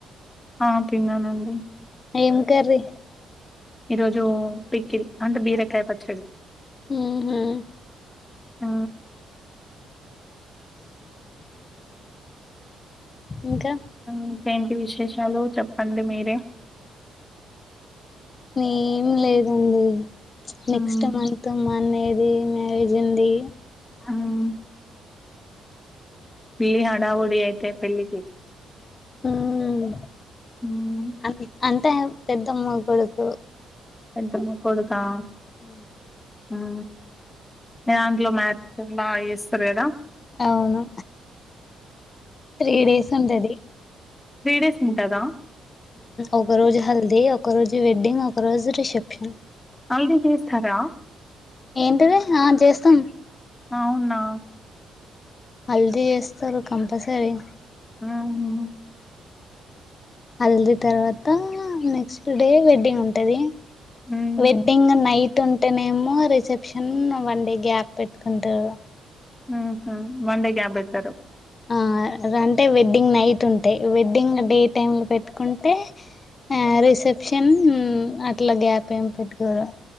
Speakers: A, on the left; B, on the left.
A: ఆ తిన్నానండి
B: ఏం కర్రీ
A: ఈ రోజు పికిల్ అండ్ బీరకాయ పచ్చడి
B: హుమ్మ్
A: ఆ
B: ఇంకా
A: ఇంకేంటి విశేషాలు చెప్పండి మీరే
B: ఏం లేదండి నెక్స్ట్
A: హ్మ్.
B: మంత్ మా అన్నయ్య ది మ్యారేజ్ ఉంది
A: హ్మ్. పేల్లి హడావుడి అయితే పెళ్ళకి
B: హమ్
A: హ్మ్.
B: అ అంటే పెద్దమ్మ కొడుకు
A: పెద్దమ్మ కొడుకా
B: ఆ
A: హమ్ మీ దాంట్లో మాత్ బా చేస్తారు కదా
B: అవును తీ డేస్ ఉంటది
A: త్రీ డేస్ ఉంటదా
B: ఒక రోజు
A: హ్మ్.
B: హల్దీ ఒక రోజు వెడ్డింగ్ ఒక రోజు రిసెప్షన్
A: హల్దీ చేస్తరా
B: ఏంటిది ఆ చేస్తాం
A: అవునా
B: హల్దీ చేస్తారు కంపల్సరీ
A: హుమ్మ్
B: హల్దీ తర్వాత నెక్స్ట్ డే వెడ్డింగ్ ఉంటది
A: హ్మ్.
B: వెడ్డింగ్ నైట్ ఉంటేనేమో రిసెప్షన్ వన్ డే గ్యాప్ పెట్టుకుంటారు
A: హుమ్మ్ మండే గ్యాప్ పెడతారు
B: అ అంటే వెడ్డింగ్ నైట్ ఉంటాయి వెడ్డింగ్ డే టైమ్ లో పెట్టుకుంటే ఆ రిసెప్షన్ అట్లా గ్యాప్ ఏం పెట్టుకోరు